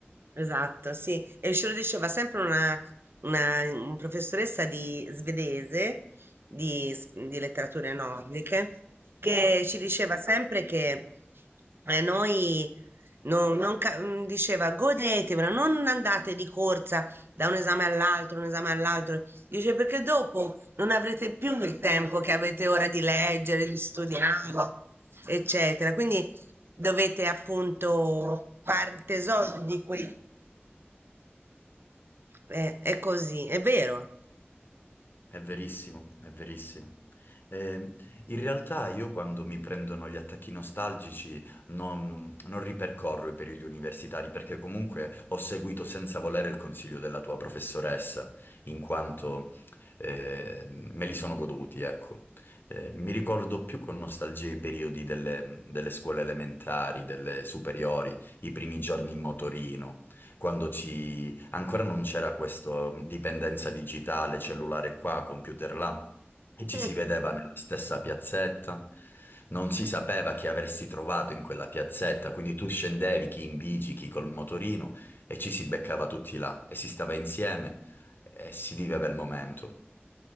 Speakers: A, on the right (about 65°); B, on the left (about 55°).
A: Esatto, sì. E ce lo diceva sempre una, una- un professoressa di svedese, di, s- di letterature nordiche, che ci diceva sempre che eh, noi, no- non ca- mm, diceva godetevela, non andate di corsa da un esame all'altro, un esame all'altro. Dice perché dopo non avrete più il tempo che avete ora di leggere, di studiare, eccetera. Quindi dovete appunto far tesoro di quei eh, è così, è vero.
B: È verissimo, è verissimo. Eh, in realtà io quando mi prendono gli attacchi nostalgici non, non ripercorro i periodi universitari perché comunque ho seguito senza volere il consiglio della tua professoressa, in quanto eh, me li sono goduti, ecco. Eh, mi ricordo più con nostalgia i periodi delle, delle scuole elementari, delle superiori, i primi giorni in motorino, quando ci Ancora non c'era questa dipendenza digitale, cellulare qua, computer là, e
A: <laughs>
B: ci si vedeva Mm. nella stessa piazzetta. Non si sapeva chi avresti trovato in quella piazzetta, quindi tu scendevi, chi in bici, chi col motorino, e ci si beccava tutti là, e si stava insieme, e si viveva il momento.